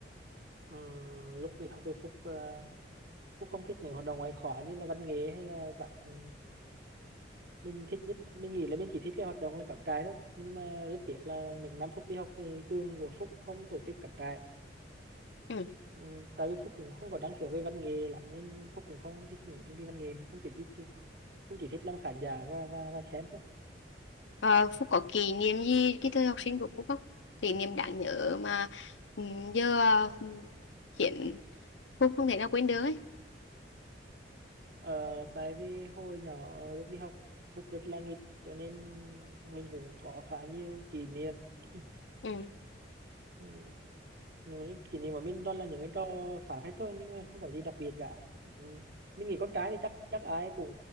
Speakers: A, on the right (about 55°); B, on the left (about 80°).
A: Ừm, lúc đi học thì Phúc ờ, Phúc không thích những hoạt động ngoại khóa như là văn nghệ hay là các ừ, mình thích nhất mình nghĩ là mình chỉ thích cái hoạt động là cắm trại thôi nhưng mà rất tiếc là những năm Phúc đi học thì trường của Phúc không tổ chức cắm trại
B: ừ.
A: ừ, tại vì Phúc cũng không có năng khiếu về văn nghệ lắm nên Phúc cũng không thích những chương trình văn nghệ Phúc chỉ thích Phúc chỉ thích làm khán giả và và và xem thôi
B: Ờ, Phúc có kỷ niệm gì cái thời học sinh của Phúc không kỷ niệm đáng nhớ mà ừ, giờ à, khiến Phúc không thể nào quên được ấy
A: ờ, tại vì hồi nhỏ lúc đi học Phúc rất là nghịch cho nên mình cũng có khá nhiều kỷ niệm <clears throat>
B: ừ.
A: Ừ. những cái kỷ niệm của mình toàn là những cái trò phá phách thôi nhưng mà không có gì đặc biệt cả ừ. mình nghĩ con trai thì chắc chắc ai cũng